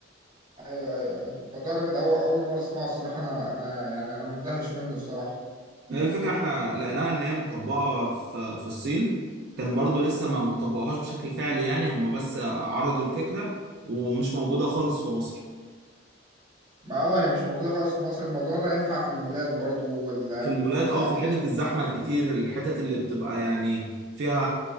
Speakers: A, on the right; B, on the right.
A: ايوه ايوه ايوه الموضوع جامد أوي اول مره اسمعه الصراحه انا انا يعني انا مندهش منه الصراحه
B: هي الفكرة احنا لقيناها ان هي متطبقة في في الصين كان برضو لسه ما ما طبقوهاش بشكل فعلي يعني هم بس عرضوا الفكرة ومش موجودة خالص في مصر
A: ما اه هي مش موجوده خالص في مصر الموضوع ده ينفع في المولات برضو وال
B: في المولات
A: والاماكن
B: اه في الحتت الزحمه الكتير الحتت اللي بتبقى يعني فيها